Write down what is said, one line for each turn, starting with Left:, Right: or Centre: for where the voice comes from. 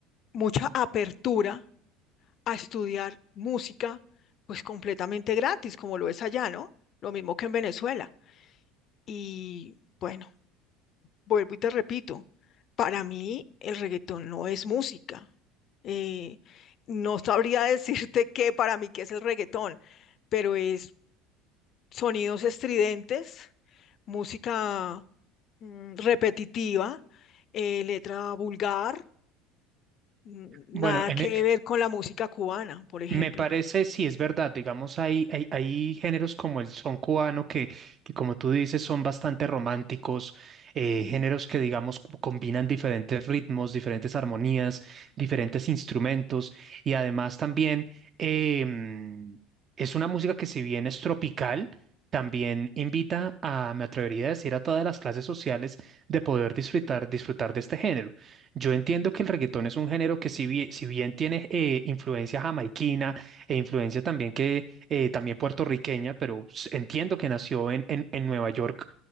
Left: mucha apertura a estudiar música, pues completamente gratis, como lo es allá, ¿no? Lo mismo que en Venezuela. Y bueno, vuelvo y te repito, para mí el reggaetón no es música. Eh, no sabría <laughs> decirte qué para mí qué es el reggaetón pero es sonidos estridentes, música mm, repetitiva, eh, letra vulgar, mm,
Right: Bueno,
Left: nada
Right: en,
Left: que
Right: e-
Left: ver con la música cubana, por ejemplo.
Right: Me parece, sí, es verdad, digamos, hay, hay, hay géneros como el son cubano que, que, como tú dices, son bastante románticos, eh,
Left: ¿sí?
Right: géneros que, digamos, co- combinan diferentes ritmos, diferentes armonías, diferentes instrumentos y además también em, es una música que si bien es tropical, también invita a, me atrevería a decir, a todas las clases sociales de poder disfrutar, disfrutar de este género. Yo entiendo que el reggaetón es un género que si bien, si bien tiene eh, influencia jamaiquina e influencia también que eh, también puertorriqueña, pero s- entiendo que nació en, en, en Nueva York,